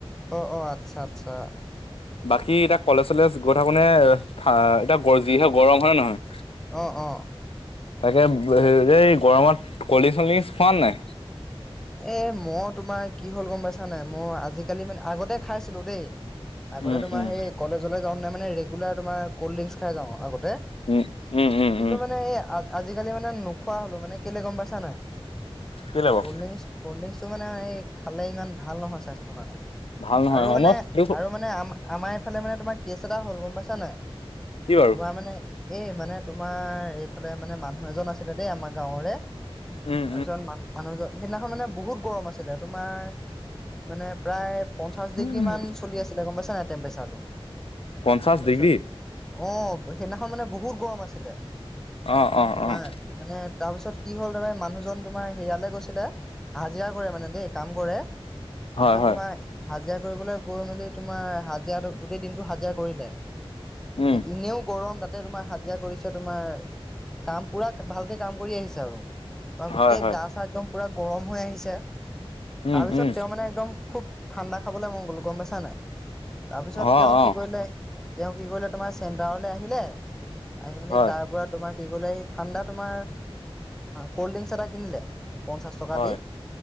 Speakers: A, in the centre; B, on the left (about 75°).
A: অ' অ' আচ্ছা আচ্ছা
B: বাকী এতিয়া কলেজ-চলেজ গৈ থাকোনে! এ এতিয়া যিহে গৰম হয় নে নহয়?
A: অ' অ'
B: তাকে
A: তাক
B: এই গৰমত। কলড্ৰিংকচ-‌চলড্ৰিংকচ খোৱা নাই?
A: এই মই তোমাৰ কি হ'ল গম পাইছা নাই! মই আজিকালি মানে আগতে খাইছিলোঁ দেই। আগতে
B: উম,
A: তোমাৰ
B: উম।
A: সেই কলেজলে যাওতে মানে, ৰেগুলাৰ তোমাৰ কলড্ৰি আগতে।
B: উম, উম, উম,
A: কিন্তু
B: উম।
A: মানে এই আজিকালি মানে নোখোৱা হ'লো মানে। কেলে গম পাই চা নাই?
B: কেলে বাও?
A: ক'ল্ডড্ৰিংকচ-ক'ল্ডড্ৰিংকচটো মানে এই খালে ইমান ভাল নহয় স্বাস্থ্যৰ কাৰণে।
B: ভাল নহয়
A: আৰু
B: হয়,
A: মানে,
B: মই
A: আৰু মানে আমাৰ আমাৰ এইফালে মানে তোমাৰ কেছ এটা হ'ল গম পাইছা নাই?
B: কি বাৰু
A: তোমাৰ মানে এই মানে তোমাৰ এইফালে মানে মানুহ এজন আছিলে দেই আমাৰ গাঁৱৰে।
B: উম,
A: তাৰপিছত মান-মানুহজন সেইদিনাখন মানে বহুত গৰম আছিলে। তোমাৰ মানে প্ৰায় পঞ্চাশ
B: উম।
A: ডিগ্ৰী মান চলি আছিলে। গম পাইছা নাই টেম্পৰেচাৰটো?
B: পঞ্চাশ
A: তাৰপিছত,
B: ডিগ্ৰী।
A: অ' সেইদিনাখন মানে বহুত গৰম আছিলে।
B: অ', অ',
A: তোমাৰ
B: অ'।
A: মানে, তাৰপিছত কি হ'ল তাৰে মানুহজন তোমাৰ হেৰিয়ালে গৈছিলে। হাজিৰা কৰে মানে দেই। কাম কৰে, তাৰপিছত
B: হয়, হয়,
A: তোমাৰ হাজিৰা কৰিবলৈ গৈ মেলি তোমাৰ, হাজিৰা গোটেই দিনটো হাজিৰা কৰিলে।
B: উম,
A: এনেও গৰম তাতে তে তোমাৰ হাজিৰা কৰিছে তোমাৰ, কাম পুৰা ভালকে কাম কৰি আহিছে আৰু। গোটেই
B: হয়, হয়,
A: গা-চা একদম পুৰা গৰম হৈ আহিছে।
B: উম,
A: তাৰপিছত
B: উম,
A: তেওঁ মানে একদম খুব ঠাণ্ডা খাবলৈ মন গ'ল গম পাইছা নাই? তাৰপিছত
B: অ',
A: তেওঁ কি
B: অ',
A: কৰিলে, অঁ তেওঁ কি কৰিলে তোমাৰ চেণ্টাৰলে আহিলে আহি পিনি
B: হয়।
A: তাৰ পৰা তোমাৰ ঠান্দা তোমাৰ কল্ডদ্ৰিংক এটা কিনিলে চকা
B: হয়।
A: দি